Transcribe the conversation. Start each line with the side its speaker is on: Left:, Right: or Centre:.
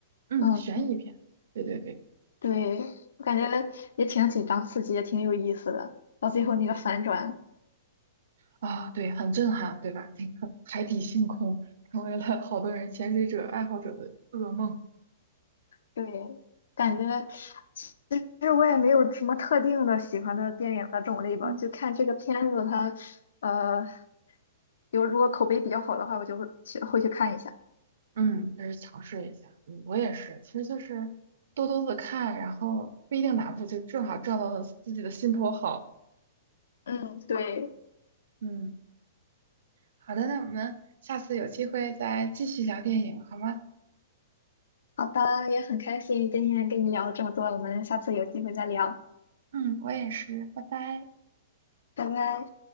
Right: 嗯，
Left: 嗯，
Right: 悬疑片，对对对，
Left: 对，我感觉也挺紧张刺激，也挺有意思的。到最后那个反转，
Right: 啊、对，很震撼，对吧？那个海底星空成为了好多人潜水者爱好者的噩梦。
Left: 对，感觉其实我也没有什么特定的喜欢的电影的种类吧，
Right: 嗯。
Left: 就看这个片子它。呃，有如果口碑比较好的话，我就会去会去看一下。
Right: 嗯，就是尝试一下。嗯，我也是，其实就是多多的看，然后不一定哪部就正好撞到了自己的心头好。
Left: 嗯，对，
Right: 嗯，好的，那我们下次有机会再继续聊电影，好吗？
Left: 好的，也很开心今天跟你聊了这么多，我们下次有机会再聊，
Right: 嗯，我也是，拜拜。
Left: 拜拜。